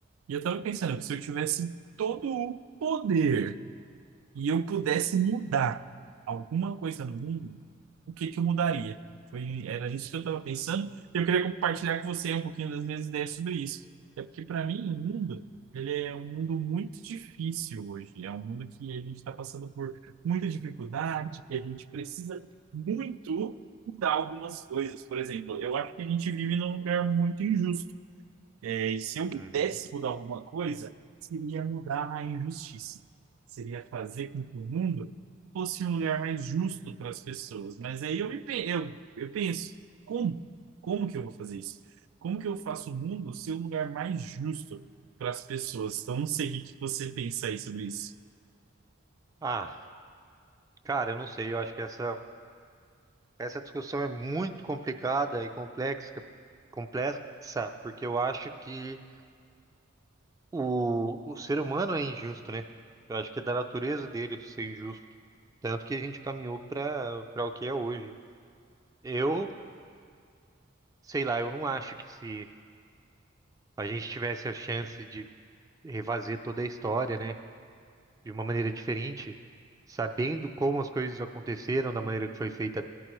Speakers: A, on the right; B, on the right.
A: E eu tava pensando que se eu tivesse todo o poder e eu pudesse mudar alguma coisa no mundo, o que que eu mudaria? Foi, era isso que eu estava pensando. Eu queria compartilhar com você um pouquinho das minhas ideias sobre isso. É porque, para mim, o mundo, ele é um mundo muito difícil hoje. É um mundo que a gente está passando por muita dificuldade, que a gente precisa muito mudar algumas coisas. Por exemplo, eu acho que a gente vive num lugar muito injusto é, e se eu pudesse
B: uhum.
A: mudar alguma coisa, seria mudar a injustiça. Seria fazer com que o mundo fosse um lugar mais justo para as pessoas. Mas aí eu, me, pe- eu, eu penso, como? Como que eu vou fazer isso? Como que eu faço o mundo ser um lugar mais justo para as pessoas? Então, não sei o que que você pensa aí sobre isso.
B: Ah, cara, eu não sei, eu acho que essa, essa discussão é muito complicada e complexa, complexa, porque eu acho que o, o ser humano é injusto, né? Eu acho que é da natureza dele ser injusto. Tanto que a gente caminhou para para o que é hoje. Eu, sei lá, eu não acho que se a gente tivesse a chance de refazer toda a história, né, de uma maneira diferente, sabendo como as coisas aconteceram da maneira que foi feita